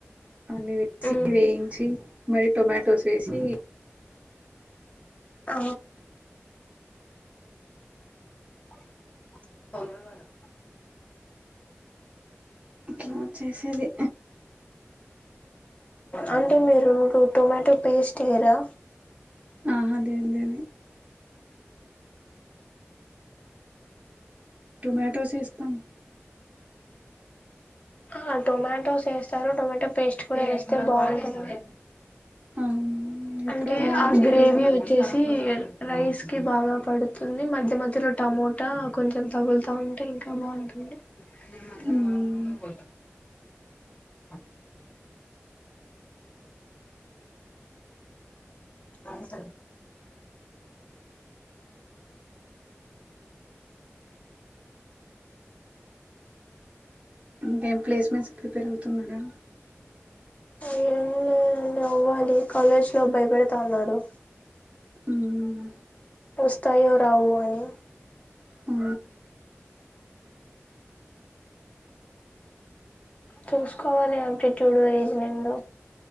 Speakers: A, on the right; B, on the left.
A: అన్నీ వేసి
B: మ్మ్
A: వేయించి మరి టొమాటోస్ వేసి
B: అ చ
A: ఇట్లా వచ్చేసేది
B: అంటే మీరు <unintelligible> పేస్ట్ వేయరా
A: హా లేద్ లేదు టొమాటోస్ ఇస్తాను
B: ఆ టొమాటోస్ వేస్తారు టొమాటో పేస్ట్ కూడా వేస్తే బాగుంటుంది
A: అవునా ఎప్పుడు
B: అంటే
A: అలా ఏం
B: ఆ
A: చేయలేదు
B: గ్రేవీ వచ్చేసి రైస్ కి బాగా పడుతుంది మధ్య మధ్యలో టమోటా కొంచెం తగులుతా ఉంటే ఇంకా బాగుంటుంది న మాజ
A: మ్మ్
B: మల్ రూ లో బలా అ అ స
A: ఇంకేం ప్లేస్మెంట్స్ ప్రిపేర్ అవుతున్నాడా
B: ఏం లేదండి అవ్వాలి కాలేజ్ లో భయపెడ్తాన్నరు
A: మ్మ్
B: వస్తాయో రావు అని
A: ఆ
B: చూసుకోవాలి ఆప్టిట్యూడ్ రీజనింగ్